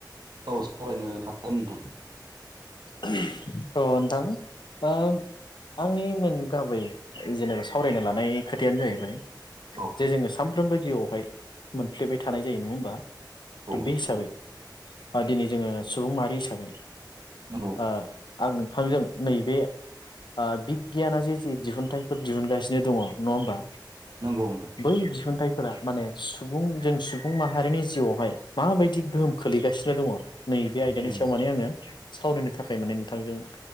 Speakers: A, on the right; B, on the left.
A: औ सावरायनो हागोन ओनथां
B: अ ओनथां ओ आंनि मेन गाबै जेनेबा सावरायनो लानाय खोथायानो जाहैबाय
A: औ
B: जे जोङो सामफ्रोमबो जिउआवहाय। मोनफ्लेबाय थानाय जायो नोङा होमबा? दा बे
A: नोंथां
B: हिसाबै।
A: औ
B: आ दिनै जोंङो सुबुं माहारि हिसाबै।
A: नंगौ
B: ओ आं नोंथांजों नैबे ओ बिगगियाना जे जे दिहुनथाइफोर दिहुनगासिनो दङ नङा होमबा।
A: नंगौ नंगौ नोंथां
B: बै दिहुनथायाइफोरा माने। सुबुं जों सुबुं माहारिनि जिउआवहाय माबायदि गोहोम खोलैगासिन। जे दङ नैबे आयदानि
A: नंगौ
B: सायाव माने आङो सावरायनो थाखाय माने नोंथांजों